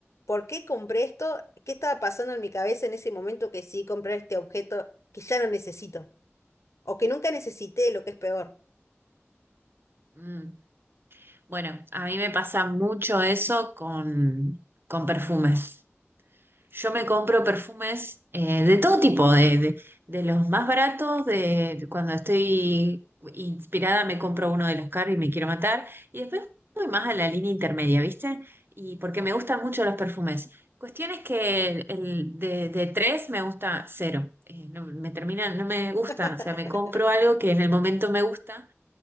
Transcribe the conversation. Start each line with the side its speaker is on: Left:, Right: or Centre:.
Left: ¿Por qué compré esto? ¿Qué estaba pasando en mi cabeza en ese momento que sí compré este objeto que ya no necesito? O que nunca necesité, lo que es peor.
Right: Mm. Bueno, a mí me pasa mucho eso con, con perfumes. Yo me compro perfumes eh, de todo tipo, de, de- de los más baratos, de cuando estoy inspirada me compro uno de los caros y me quiero matar, y después voy más a la línea intermedia, ¿viste? Y porque me gustan mucho los perfumes. Cuestión es que el de, de tres me gusta cero. Eh, no, me termina, no me gusta,
Left: <laughs>
Right: o sea, me compro algo que en el momento me gusta